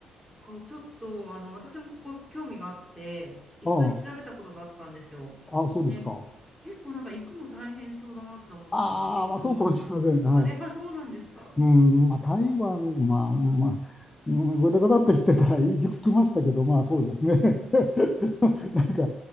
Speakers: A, in the centre; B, on the left (about 20°).
A: こうちょっと、あの、私もここ興味があって、一回調べたことがあったんですよ。
B: あ、あ、そうですか。
A: で、結構なんか行くの大変そうだなって思ったんですけど、
B: ああ、まあそうかもしれません。はい。
A: あ、やっぱりそうなんですか。
B: うん、まあ、台湾、
A: うん。
B: まあ、まあ、うんごだごだって言ってたら行き着きましたけど、まあそうですね。<laughs> なんか、